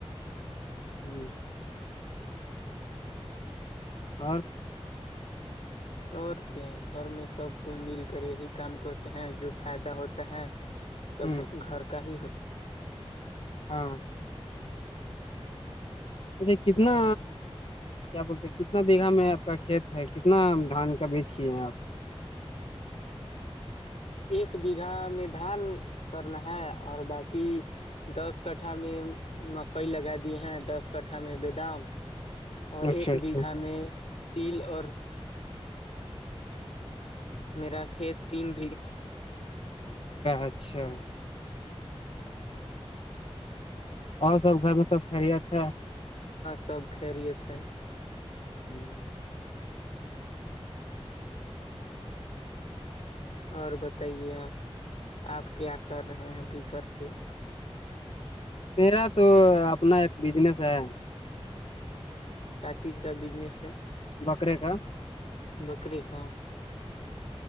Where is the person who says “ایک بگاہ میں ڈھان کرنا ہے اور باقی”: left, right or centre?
Left